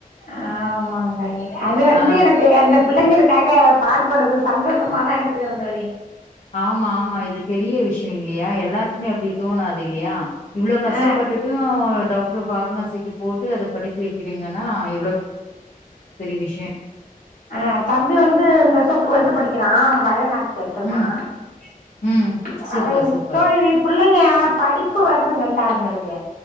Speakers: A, on the left; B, on the left.
A: ஆ ஆமாங்க தோழி அது வந்து
B: ஆ
A: எனக்கு அந்த பிள்ளைங்களுக்காக பாடுபடுறது சந்தோஷமாதா எடுத்துக்கிறே தோழி
B: ஆமா ஆமா இது பெரிய விஷியோ இல்லியா எல்லாருக்குமே அப்டி தோணாது இல்லியா இவ்ளோ கஷ்டப்பட்டுட்டு
A: ஆ
B: டாக்டர் பஃபார்மாசிக்கு போட்டு அத படிக்க வெக்கிறீங்கனா எவ்வளோ பெரிய விஷ்ய
A: ஆ தம்பி வந்து இந்த வருஷ டுவல்த் படிக்கிறா பயோமேக்ஸ் எடுத்துருக்கா
B: ம், ம்.
A: <unintelligible>
B: Super, super.
A: புள்ளைங்க படிப்பு வருதுங்கல்ல அதுங்களுக்கு